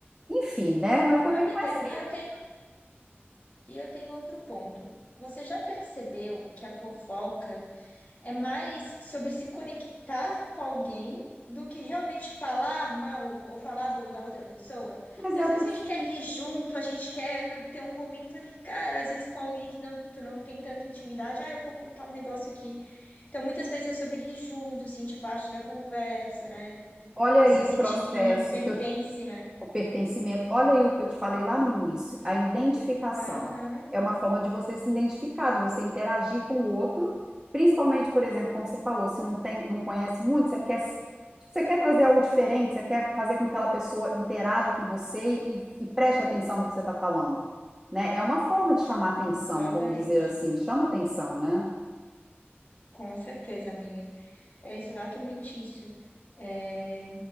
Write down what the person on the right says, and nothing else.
Enfim, né? Mas também
não é, assim,
mas
é
o
que eu
te
falei.
Olha
aí o
processo
que eu
O pertencimento. Olha aí o que eu te falei lá no início, a identificação.
É uma forma de você se identificar, de você interagir com o outro, principalmente, por exemplo, como você falou, se não tem, não conhece muito, você quer, tipo, você quer trazer algo diferente, você quer fazer com que aquela pessoa interaja com você e, e preste atenção no que você está falando, né? É uma forma de chamar atenção,
vamos dizer assim, chama atenção, né?